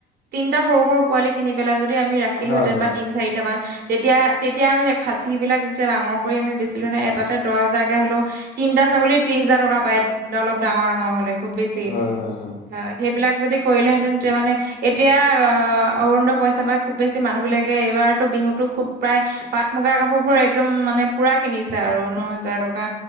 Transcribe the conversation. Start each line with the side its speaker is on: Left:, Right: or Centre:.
Right: তিনটা সৰু সৰু পোৱালি কিনি পেলাই যদি আমি ৰাখি ৰাখিলোহেঁতেন
Left: হয় হয়
Right: বা তিনি-চাৰিটা মান তেতিয়া তেতিয়া আমি খাচিবিলাক যেতিয়া ডাঙৰ কৰি আমি বেছিলো, এটাতে দহ হাজাৰকৈ হ'লেও তিনিটা ছাগলীৰ ত্ৰিশ হেজাৰ টকা পায়, অলপ ডাঙৰ ডাঙৰ হ'লে। খুব বেছি
Left: হয় হয় হয়
Right: অ, সেইবিলাক যদি কৰিলেহেঁতেন তেতিয়া মানে এতিয়া আহ, অৰূণোদয় পইচা পায় খুব বেছি মানুহবিলাকে, এইবাৰতো বিহুতো খুব প্ৰায় পাট মুগা কাপোৰ বোৰ একদম মানে পুৰা কিনিছে আৰু ন হেজাৰ টকা